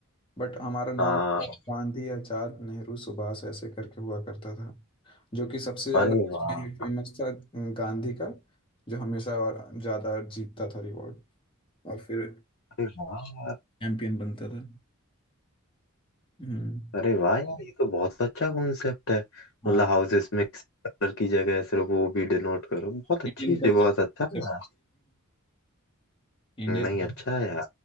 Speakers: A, on the left (about 25°); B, on the left (about 55°).
A: But हमारा नाम
B: हाँ
A: था गांधी आचार्य नेहरू सुभाष ऐसे करके हुआ करता था जो कि सबसे ज्यादा
B: अरे वाह
A: फेमस था गांधी का जो हमेशा और ज्यादा जीतता था रिवॉर्ड और फिर
B: अरे वाह
A: चैंपियन बनता था हम्म
B: अरे वाह यार ये तो बहुत अच्छा कॉन्सेप्ट है
A: हाँ
B: मतलब हाउसेस में किसी कलर की जगह सिर्फ वो भी डिनोट करो बहुत अच्छी
A: Indian
B: चीज
A: culture
B: बहुत अच्छा है यार
A: Indian
B: नहीं अच्छा है यार